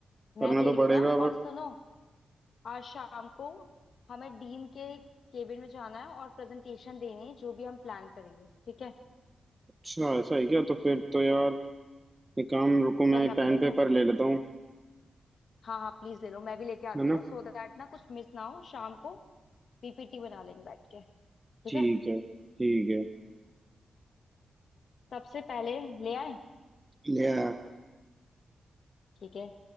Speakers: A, on the left (about 70°); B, on the right (about 20°).
A: मैं
B: करना
A: दे
B: तो
A: रही
B: पड़ेगा
A: हूँ ना
B: अब
A: और सुनो आज शाम को हमें डीन के केबिन में जाना है और प्रेजेंटेशन देनी है जो भी हम प्लान करेंगे ठीक है
B: अच्छा ऐसा है क्या तो फिर तो यार एक काम रुको
A: करना
B: मैं पेन
A: पड़ेगा
B: पेपर ले लेता हूँ
A: हाँ हाँ प्लीज ले लो मैं भी लेके आती
B: है ना
A: हूँ सो दैट ना कुछ मिस ना हो शाम को पीपीटी बना लेंगे बैठ के ठीक
B: ठीक
A: है
B: है ठीक है
A: सबसे पहले ले आए
B: ले आया।
A: ठीक है